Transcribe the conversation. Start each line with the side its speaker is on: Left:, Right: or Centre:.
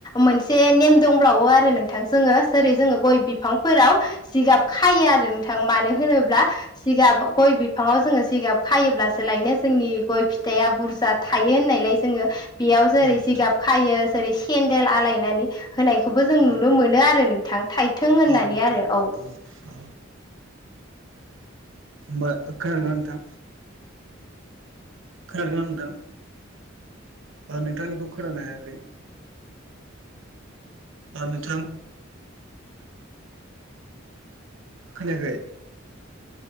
Left: मोनसे नेम दंब्लावो आरो नोंथां जोङो जेरै जोङो गय बिफांफोराव जिगाब खायो आरो नोंथां मानो होनोब्ला जिगाब गय बिफाङाव जोङो जिगाब खायोब्लासो लायनो जोंनि गय फिथाइया बुरजा थायो होननायलाय जोङो बेयाव जेरै
Right: औ नोंथां
Left: जिगाब खायो जे बे सेन्देल आलायनानै होनायखौबो जों नुनो
Right: औ
Left: मोनो आरो नोंथां थाइथों होननानै
Right: औ नोंथां
Left: आरो औ।
Right: औ मो खोनादोंना नोंथा? खोनादोंना नोंथां? ओ नोंथांनिखौ खोनानो हायाखै। आ नोंथां खोनायाखै